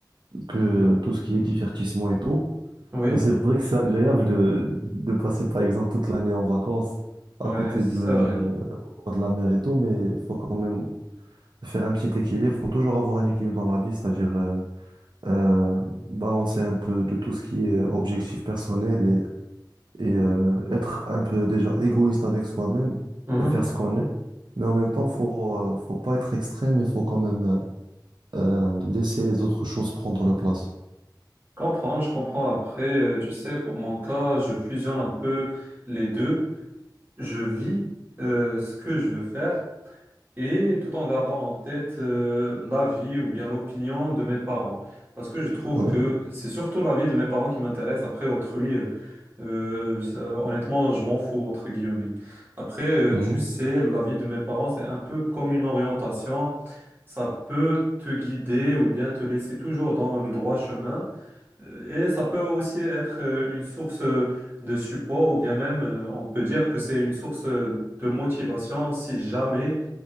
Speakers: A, on the right; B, on the right.
A: que tout ce qui est divertissement et tout.
B: oui, oui,
A: Ben, c'est vrai que c'est agréable de, de passer, par exemple, toute l'année en vacances
B: Ouais,
A: à côté
B: c'est
A: de la,
B: vrai.
A: euh, au bord de la mer et tout, mais faut quand même faire un petit équilibre. Faut toujours avoir un équilibre dans la vie, c'est-à-dire. euh, euh, balancer un peu de tout ce qui est objectif personnel et, et, euh, être un peu déjà égoïste avec soi-même
B: Mhm,
A: et faire ce qu'on est. Mais en même temps, faut, euh, faut pas être extrême, il faut quand même euh, euh, laisser les autres choses prendre leur place.
B: Comprends, je comprends. Après, euh, tu sais, pour mon cas, je fusionne un peu les deux. je vis euh, ce que je veux faire et tout en gardant en tête euh, l'avis ou bien l'opinion de mes parents. Parce que je trouve
A: Oui,
B: que c'est surtout l'avis de mes parents qui m'intéresse. Après, autrui, euh, euh, ça- honnêtement, je m'en fous, entre guillemets. Après, euh,
A: Mhm.
B: tu sais, l'avis de mes parents, c'est un peu comme une orientation. Ça peut te guider ou bien te laisser toujours dans le droit chemin. Et ça peut aussi être euh, une source euh, de support ou bien même euh, on peut dire que c'est une source euh, de motivation si jamais